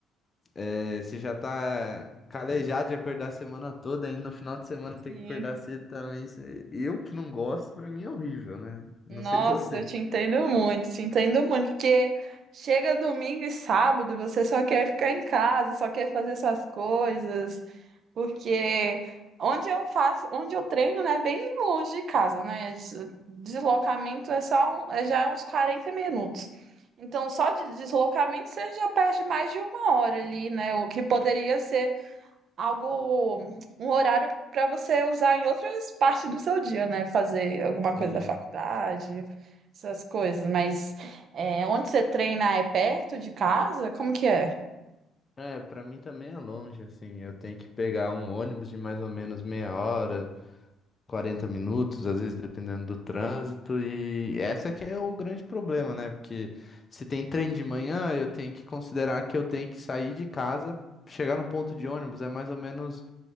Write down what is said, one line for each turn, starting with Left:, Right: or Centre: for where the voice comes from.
Left: é, você já tá calejado de acordar a semana toda, aí no final de semana
Right: sim.
Left: tem que acordar cedo também. você- Eu que não gosto, pra mim é horrível, né? Não
Right: Nossa,
Left: sei <laughs>
Right: eu
Left: você.
Right: te entendo muito, te entendo muito, porque chega domingo e sábado, você só quer ficar em casa, só quer fazer suas coisas, porque onde eu faço, onde eu treino, né, é bem longe de casa, né? Des- Deslocamento é só um- é já é uns 40 minutos. Então, só de deslocamento você já perde mais de uma hora ali, né? O que poderia ser algo, um horário para você usar em outras partes do seu dia, né? Fazer alguma coisa
Left: Sim.
Right: da faculdade, essas coisas. Mas é, onde você treina é perto de casa? Como que é?
Left: É, pra mim também é longe, assim. Eu tenho que pegar um ônibus de mais ou menos meia hora. quarenta minutos, às vezes dependendo do trânsito, e essa que é o grande problema, né? Porque se tem trem de manhã, eu tenho que considerar que eu tenho que sair de casa, chegar no ponto de ônibus, é mais ou menos,